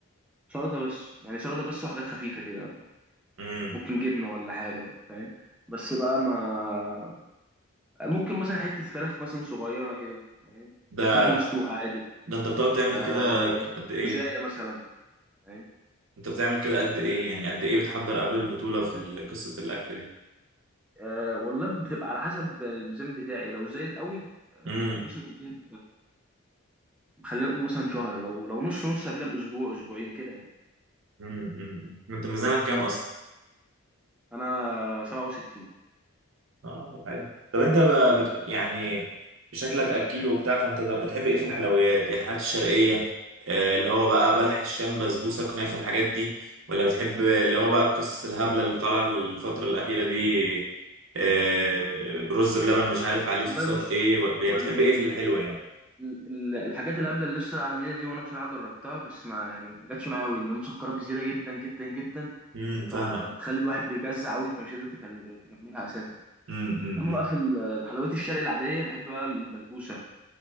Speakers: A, in the centre; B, on the right (about 60°).
A: سلطه بس يعني سلطه بس وحاجات خفيفه كده
B: امم
A: ممكن جبنه ولا حاجه بقى فاهم بس بقى ما ممكن مثلا حته فراخ مثلا صغيره كده فاهم
B: ده
A: فراخ مسلوقه عادي
B: ده انت بتقعد تعمل
A: آه،
B: كده قد ايه
A: مزايا مثلا فاهم
B: انت بتعمل كده قد ايه يعني قد ايه بتحضر قبل البطولة في ال- قصة الاكل دي
A: أه والله بتبقى على حسب الميزان بتاعي لو زايد قوي آه،
B: امم
A: مثلا قبلها خلينا نقول مثلا شهر لو لو نص نص قبلها باسبوع اسبوعين كده يعني
B: امم انت ميزانك كام اصلا
A: انا 67
B: اه حلو طب انت ب- بت... يعني شكلك اكيل وبتاع فانت ده بتحب ايه في الحلويات يعني الحلويات الشرقية آه، اللي هو بقى بلح الشام بسبوسة كنافة الحاجات دي ولا بتحب اللي هو بقى القصص الهبلة اللي طالعة الفترة الأخيرة دي آه، برز بلبن مش عارف عليه
A: والله
B: صوصات
A: بص
B: ايه ولا-
A: هو
B: بتحب
A: ال ال
B: ايه في الحلوة يعني
A: ال ال- الحاجات اللي قبل اللي لسه العاديه دي وانا بصراحه جربتها بس ما يعني ما جاتش معايا قوي ان انا مسكره بزياده جدا جدا جدا
B: امم
A: فبتخلي
B: فاهمك
A: الواحد بيجزع قوي انت مش قادر تكل- تكملها اساسا
B: امم امم
A: انما بقى في ال- الحلويات الشرقي العاديه بحب بقى البسبوسه